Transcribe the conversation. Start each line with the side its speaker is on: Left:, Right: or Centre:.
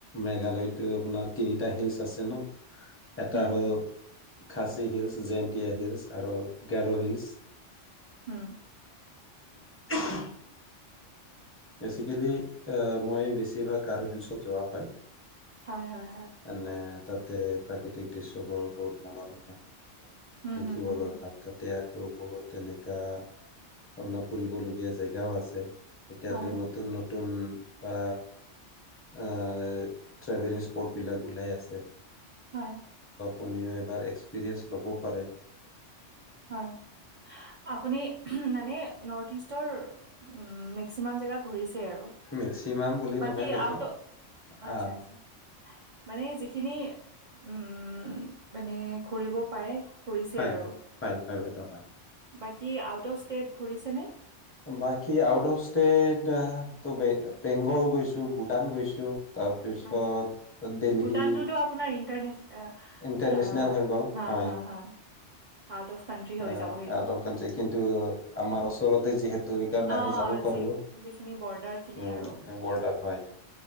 Left: মেঘালয়তো আপোনাৰ তিনিটা হিলচ আছে ন এটা
Right: উম,
Left: হ'ল
Right: হুম,
Left: খাচী হিলছ, জেণ্টিয়া হিলছ আৰু গৰো হিলছ।
Right: উম
Left: <inaudible> বেচিকেলি মই বেছিভাগ আৰু হিলছত যোৱা হয়।
Right: হয় হয় হয়
Left: মানে তাতে প্ৰাকৃতিক দৃশ্যবোৰ বহুত মনোৰঞ্জন
Right: উম,
Left: দেখিবলৈ
Right: হুম, হুম, হুম,
Left: ভাল তাতে আৰু আৰু বহুত তেনেকা আপোনাৰ ফুৰিবলগীয়া জেগাও আছে এতিয়াতো
Right: হয়,
Left: নতুন নতু- নতুন আ আ ট্ৰেভেলিং স্পৰ্ট বিলাক ওলাই আছে
Right: হয়
Left: কোনেও এবাৰ এক্সপিৰিয়েন্ঞ্চ ল'ব পাৰে
Right: হয় আপুনি মানে নৰ্থ ইষ্টৰ উম মেকচিমাম জেগা ঘূৰিছে আৰু
Left: মেক্সিমাম বুলি
Right: বাকী
Left: নহয় বাইদেউ।
Right: আউট অ আচ্ছা
Left: আহ
Right: আচ্ছা মানে যিখিনি উম মানে ঘুৰিব পাৰে ঘূৰিছে
Left: হয়
Right: আৰু
Left: হয় হয় বাইদেউ হয়।
Right: বাকি আউট অফ ষ্টেট ঘুৰিছে নে
Left: বাকী আউট অফ ষ্টেট ত বেংগল গৈছো ভূটান গৈছো তাৰপিছত
Right: আচ্ছা,
Left: দেলহি
Right: ভূটানটোতো আপোনাৰ ইণ্টাৰনেচ
Left: ইন্টাৰনেচনেল
Right: আহ
Left: হৈ গল
Right: হা
Left: হয়
Right: হা
Left: আ
Right: হা আউট অফ কানট্ৰি হৈ
Left: আউত
Right: যাব সেইটো
Left: অফ কাউন্ট্ৰী কিন্তু আমাৰ ওচৰতে যিহেতু সেইকাৰণে
Right: অ
Left: আমি যাব পাৰো
Right: যি
Left: উ
Right: যিখিনি বৰ্ডাৰ খিনি আৰু
Left: বৰ্ডাৰ হয়